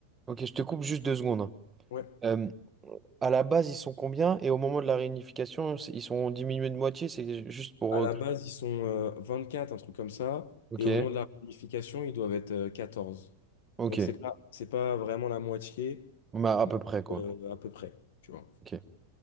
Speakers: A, on the right; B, on the left.
A: OK, je te coupe juste deux secondes. hein.
B: Ouais.
A: Euh, À la base, ils sont combien? Et au moment de la réunification, c'est- ils sont diminués de moitié, c'est juste pour...
B: À la
A: euh,
B: base, ils sont euh, quatre un truc comme ça,
A: Ok,
B: et au moment de la réunification, ils doivent être euh, 14.
A: ok.
B: Donc c'est pas, c'est pas vraiment la moitié,
A: Bah, à
B: mais
A: peu près, quoi.
B: euh, à peu près, tu vois.
A: Ok.